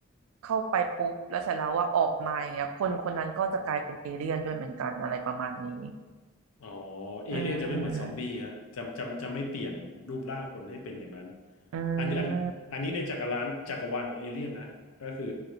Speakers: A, on the right; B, on the left.
A: เข้าไปปุ๊บแล้วเสร็จแล้วว่าออกมาอย่างเงี้ยคนคนนั้นก็จะกลายเป็นเอเลี่ยนด้วยเหมือนกันอะไรประมาณนี้
B: อ๋อเอเลี่ยนจะไม่เหมือนซอมบี้ฮะจะจะจะไม่เปลี่ยนรูปร่างคนให้เป็นอย่างนั้น
A: อืมอื
B: อันนี้อันอันนี้ในจักรวาลจักรวาลของเอเลี่ยนนะก็คือ
A: ม